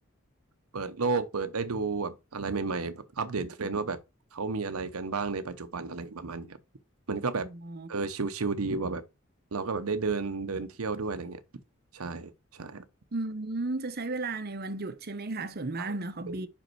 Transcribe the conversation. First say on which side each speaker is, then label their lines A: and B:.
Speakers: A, on the right (about 80°); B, on the right (about 45°).
A: เปิดโลกเปิดได้ดูแบบอะไรใหม่ๆแบบอัปเดตเทรนด์ว่าแบบเขามีอะไรกันบ้างในปัจจุบันอะไรประมาณนี้ครับมันก็แบบเออชิลๆดีว่าแบบเราก็แบบได้เดินเดินเที่ยวด้วยอะไรเงี้ย
B: อ๋อ
A: ใช่ใช่ครับ
B: อืมจะใช้เวลาในวันหยุดใช่ไหมคะ ส่วนมากเนอะฮอบบี้
A: ใช่เป็น